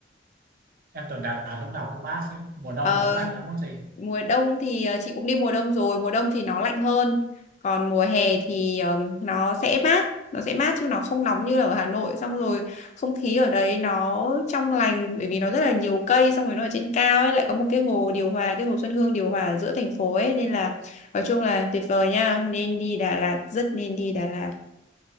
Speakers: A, on the right; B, on the left.
A: em tưởng Đà Lạt lúc nào cũng mát chứ mùa đông
B: Ờ,
A: thì có lạnh lắm không chị
B: mùa đông thì ờ, chị cũng đi mùa đông rồi mùa đông thì nó lạnh hơn còn mùa hè thì ờm, nó sẽ mát nó sẽ mát chứ nó không nóng như là ở Hà Nội xong rồi không khí ở đấy nó trong lành bởi vì nó rất là nhiều cây xong rồi nó ở trên cao ấy lại có một cái hồ điều hòa cái hồ Xuân Hương điều hòa ở giữa thành phố ấy nên là nói chung là tuyệt vời nha nên đi Đà Lạt rất nên đi Đà Lạt